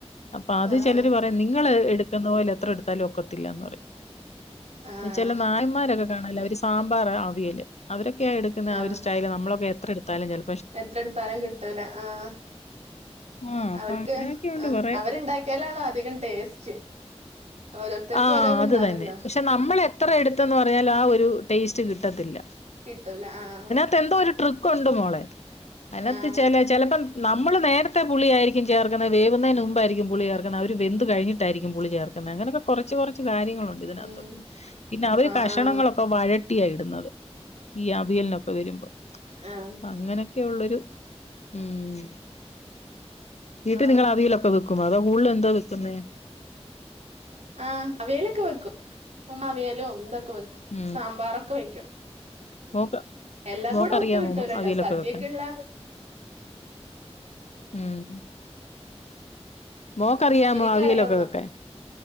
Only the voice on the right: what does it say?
ആഹ്
ആഹ്
ആഹ്
എത്ര എടുത്താലും കിട്ടൂല ആഹ്
അവർക്ക്
ആഹ്
അവരുണ്ടാക്കി ക്യാലാണ് അധികം ടേസ്റ്റ്. ഓരോരുത്തർക്ക്
ഓരോ ഇത്ണ്ടാവല്ലോ
കിട്ടൂല ആഹ്.
ആഹ്
ഉം
ആഹ്
ആഹ്
ആഹ്
ആഹ്
ആഹ് അവിയലൊക്കെ വെക്കും. ഉമ്മ അവിയലും ഇതൊക്കെ വെക്കും
സാമ്പാറൊക്കെ വെക്ക്യും.
എല്ലാതും
കൂടെ ഒത്ത് കിട്ടുലട്ടോ
സദ്യക്ക്
ള്ളെ.
എനിക്കറിയോന്നോ